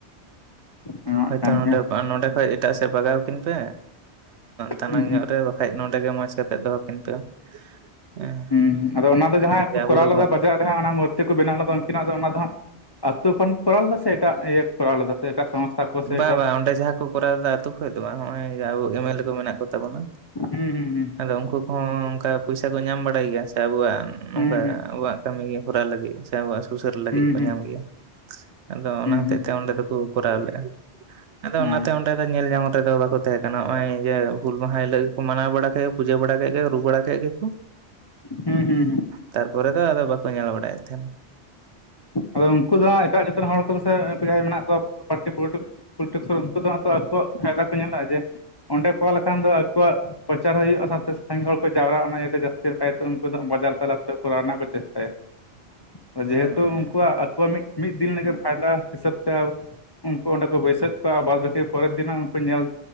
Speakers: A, on the left; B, on the right.
A: ᱧᱟᱢᱚᱜ
B: ᱦᱳᱭᱛᱳ
A: ᱠᱟᱱ
B: ᱱᱚᱰᱮ
A: ᱜᱮᱭᱟ
B: ᱱᱚᱰᱮ ᱠᱷᱚᱡ ᱮᱴᱟᱜ ᱥᱮᱫ ᱵᱟᱜᱟᱣᱠᱤᱱ ᱯᱮ ᱫᱟᱱᱟᱝ
A: ᱦᱩᱸ ᱦᱩᱸ
B: ᱧᱚᱜ ᱨᱮ ᱵᱟᱠᱷᱟᱡ ᱱᱚᱰᱮ ᱜᱮ ᱢᱚᱸᱡᱽ ᱠᱟᱛᱮᱜ ᱫᱚᱦᱚ ᱠᱤᱱ ᱯᱮ ᱦᱮᱸ
A: ᱦᱸ ᱟᱫᱚ ᱚᱱᱟ ᱫᱚ ᱡᱟᱦᱟᱸ
B: ᱡᱮ ᱟᱵᱚ
A: ᱠᱚᱨᱟᱣ
B: ᱫᱚᱵᱚ
A: ᱞᱮᱫᱟ ᱵᱟᱡᱟᱨ ᱨᱮ ᱦᱟᱜ ᱚᱱᱟ ᱢᱩᱨᱛᱤ ᱠᱚ ᱵᱮᱱᱟᱣ ᱞᱮᱫᱟ ᱩᱱᱠᱤᱱᱟᱜ ᱫᱚ ᱚᱱᱟ ᱫᱚ ᱦᱟᱸᱜ ᱟᱹᱛᱩ ᱠᱷᱚᱱ ᱠᱚᱨᱟᱣ ᱞᱮᱫᱟ ᱥᱮ ᱮᱴᱟᱜ ᱤᱭᱟᱹ ᱠᱚ ᱠᱚᱨᱟᱣ ᱞᱮᱫᱟ ᱥᱮ ᱮᱴᱟᱜ ᱥᱚᱝᱥᱛᱷᱟ ᱠᱚ ᱥᱮ
B: ᱵᱟᱝ
A: ᱮᱴᱟᱜ
B: ᱵᱟᱝ ᱚᱸᱰᱮ ᱡᱟᱦᱟᱸ ᱠᱚ ᱠᱚᱨᱟᱣᱫᱟ ᱟᱹᱛᱩ ᱠᱷᱚᱱ ᱫᱚ ᱵᱟᱝ ᱱᱚᱜ-ᱚᱭ ᱟᱵᱚ ᱮᱢᱮᱞᱮ ᱠᱚ ᱢᱮᱱᱟᱜ ᱠᱚ ᱛᱟᱵᱚᱱᱟ
A: ᱦᱩᱸ ᱦᱩ ᱦᱩᱸ
B: ᱟᱫᱚ ᱩᱱᱠᱩ ᱠᱚᱦᱚᱸ ᱚᱱᱠᱟ ᱯᱚᱭᱥᱟ ᱠᱚ ᱧᱟᱢ ᱵᱟᱲᱟᱭ ᱜᱮᱭᱟ ᱥᱮ ᱟᱵᱚᱣᱟᱜ ᱱᱚᱝᱠᱟ
A: ᱦᱩᱸ
B: ᱟᱵᱚᱣᱟᱜ ᱠᱟᱹᱢᱤ ᱜᱮ ᱠᱷᱚᱨᱟᱣ ᱞᱟᱹᱜᱤᱫ ᱥᱮ ᱟᱵᱚᱣᱟᱜ ᱥᱩᱥᱟᱹᱨᱟ ᱞᱟᱹᱜᱤᱫ
A: ᱦᱩᱸ
B: ᱠᱚ
A: ᱦᱩᱸ
B: ᱧᱟᱢ ᱜᱮᱭᱟ ᱟᱫᱚ
A: ᱦᱩᱸ
B: ᱚᱱᱟ
A: ᱦᱩᱸ
B: ᱦᱚᱛᱮᱡ
A: ᱦᱩᱸ ᱦᱩᱸ
B: ᱛᱮ ᱚᱸᱰᱮ ᱫᱚᱠᱚ ᱠᱚᱨᱟᱳ ᱞᱮ-ᱟ ᱟᱫᱚ
A: ᱦᱩᱸ ᱦᱩᱸ
B: ᱚᱱᱟᱛᱮ ᱚᱸᱰᱮ ᱫᱚ ᱧᱮᱞ ᱧᱚᱝ ᱨᱮᱫᱚ ᱵᱟᱠᱚ ᱛᱟᱦᱮᱸᱠᱟᱱᱟ ᱱᱚᱭ ᱡᱮ ᱦᱩᱞ ᱢᱟᱦᱟ ᱦᱤᱞᱳᱜ ᱜᱮᱠᱚ ᱢᱟᱱᱟᱣ ᱵᱟᱲᱟ ᱠᱷᱟ ᱯᱩᱡᱟᱹ ᱵᱟᱲᱟ ᱠᱮᱫ ᱜᱮ ᱨᱩ ᱵᱟᱲᱟ ᱠᱮᱫ ᱜᱮᱠᱚ
A: ᱦᱩᱸ ᱦᱩᱸ ᱦᱩᱸ
B: ᱛᱟᱨᱯᱚᱨᱮ ᱫᱚ ᱟᱫᱚ ᱵᱟᱠᱚ ᱧᱮᱞ ᱵᱟᱲᱟᱭᱟ ᱛᱮᱱ <inaudible>
A: ᱟᱫᱚ ᱩᱱᱠᱩ ᱫᱚ ᱦᱟᱸᱜ ᱮᱴᱟᱜ ᱡᱮᱛ ᱨᱮᱱ ᱦᱚᱲ ᱠᱚᱫᱚ ᱡᱟᱦᱟᱸᱭ ᱢᱮᱱᱟᱜ ᱠᱚᱣᱟ ᱯᱟᱴᱤ ᱯᱚᱞᱤᱴᱤᱠᱥ ᱠᱚ ᱩᱱᱠᱩ ᱫᱚ ᱦᱟ ᱛᱚ ᱟᱠᱚᱣᱟᱜ ᱯᱷᱟᱭᱫᱟ ᱠᱚ ᱧᱮᱚᱜ ᱡᱮ ᱚᱸᱰᱮ ᱠᱚᱨ ᱞᱮᱠᱷᱟᱱ ᱠᱟᱤᱫᱟᱯᱮ ᱧᱮᱞ ᱫᱚ ᱟᱠᱚᱣᱟᱜ ᱯᱨᱚᱪᱟᱨ ᱦᱚᱸ ᱦᱩᱭᱩᱜ-ᱟ ᱥᱟᱶᱛᱮ ᱥᱟᱜᱤᱸᱧ ᱦᱚᱲ ᱠᱚ ᱡᱟᱣᱨᱟᱜ-ᱟ ᱚᱱᱟ ᱤᱭᱟ ᱛᱮ ᱡᱟᱹᱥᱛᱤ ᱞᱮ ᱠᱟᱭᱛᱮ ᱩᱱᱠᱩ ᱫᱚ ᱵᱟᱡᱟᱨ ᱛᱟᱞᱟ ᱠᱚᱨᱮ ᱠᱚ ᱨ ᱨᱮᱱᱟᱜ ᱠᱚ ᱪᱮᱥᱴᱟᱭᱟ
B: <inaudible>
A: <unintelligible>
B: ᱦᱩᱸ
A: ᱟᱠᱚᱣᱟᱜ ᱢᱤᱫ ᱢᱤᱫ ᱫᱤᱱ ᱞᱟᱹᱜᱤᱫ ᱯᱷᱟᱭᱫᱟ ᱦᱤᱥᱟᱹᱵ ᱛᱮ ᱩᱱᱠᱩ ᱚᱸᱰᱮ ᱠᱚ ᱵᱟᱹᱭᱥᱟᱹᱫ ᱠᱚᱣᱟ ᱵᱟᱨᱟᱹᱴᱤ ᱵᱟᱫᱽ ᱵᱟᱠᱤ ᱯᱚᱨᱮᱨ ᱤᱱᱟᱜ ᱩᱱᱠᱩ ᱧᱮᱞ